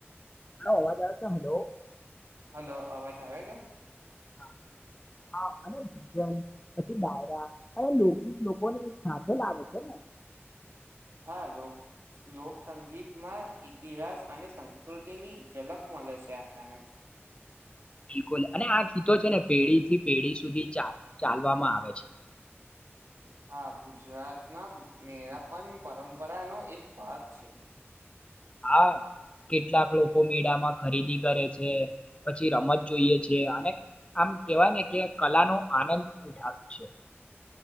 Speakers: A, on the left; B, on the right.
A: હા અવાજ આવ છે હલો.
B: હલો અવાજ આવે છે?
A: હા હા અને ભજન, પછી દાયરા લોકગીત લોકોને સાથે લાવે છે ને. <unintelligible>
B: હા લોક લોકસંગીતમાં ઈતિહાસ અને સંસ્કૃતિની ઝલક મળે છે આપણાને. <inaudible>
A: બિલકુલ અને આ કીતો છે ને પેઢી થી પેઢી સુધી ચ ચાલવામાં આવે છે.
B: <inaudible> હા ગુજરાતના મેરાપન પરંપરાનો એક ભાગ છે.
A: હા. કેટલાક લોકો મેળામાં ખરીદી કરે છે, પછી રમત જોઈએ છે અને આમ કેવાય ને કે કલા નો આનંદ ઉધાર છે.